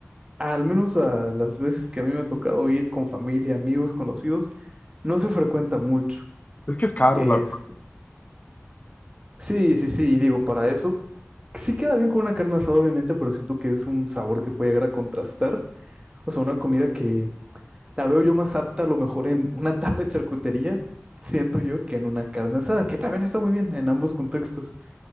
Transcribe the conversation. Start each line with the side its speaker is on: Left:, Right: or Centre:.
Right: al menos a las veces que a mí me ha tocado ir con familia, amigos, conocidos, no se frecuenta mucho.
Left: Es que es caro,
Right: Es-
Left: la verdad.
Right: Sí, sí, sí, y digo, para eso sí queda bien con una carne asada, obviamente, pero siento que es un sabor que puede llegar a contrastar. O sea, una comida que la veo yo más apta a lo mejor en una <laughs> tabla de charcutería, siento yo, que en una carne asada, que también está muy bien en ambos contextos.